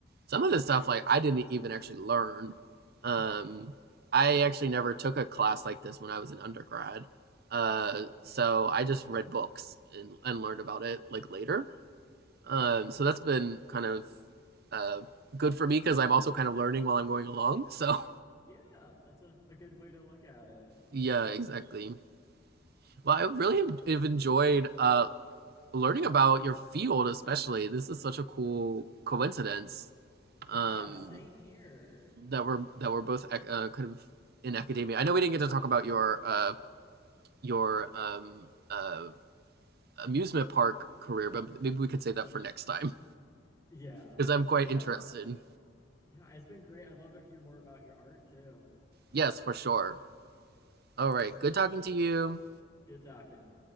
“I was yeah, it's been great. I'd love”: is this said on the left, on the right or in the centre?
Left